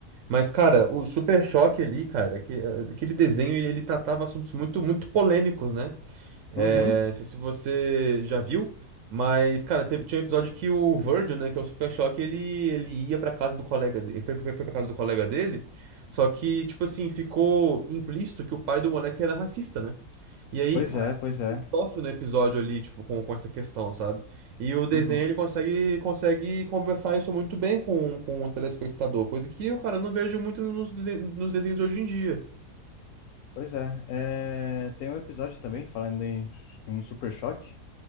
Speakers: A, on the right; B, on the left.
A: Mas, cara, o Super Choque ali, cara, que, aquele desenho, ele, ele tratava assuntos muito, muito polêmicos, né? É,
B: Uhum.
A: não sei se você já viu, mas, cara, teve- tinha um episódio que o Virgil, né, que é o Super Choque, ele, ele ia pra casa do colega dele, foi, foi, foi pra casa do colega dele, só que, tipo assim, ficou implícito que o pai do moleque era racista, né? E aí,
B: Pois
A: cara,
B: é, pois é.
A: ele sofre no episódio ali, tipo, com, com essa questão, sabe? E o desenho,
B: Uhum.
A: ele consegue, consegue conversar isso muito bem com, com o telespectador, coisa que eu, cara, não vejo muito nos, desen- nos desenhos hoje em dia.
B: Pois é, é, tem um episódio também falando em, em Super Choque.